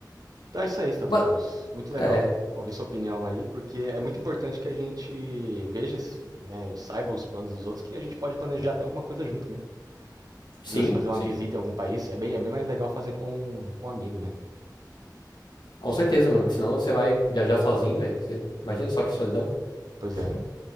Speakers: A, on the right (about 60°); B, on the left (about 75°).
A: Então é isso aí, Statopus.
B: Mas,
A: Muito legal
B: é,
A: ouvir sua opinião aí, porque é muito importante que a gente veja, esses- né, a gente saiba os planos dos outros, que a gente pode planejar até alguma coisa junto, né?
B: sim,
A: De você fazer uma
B: sim.
A: visita em algum país, é bem, é bem mais legal fazer com, com um amigo, né?
B: Com certeza, mano, que senão você vai viajar sozinho, velho. Você- Imagina só que solidão.
A: Pois
B: <laughs>
A: é.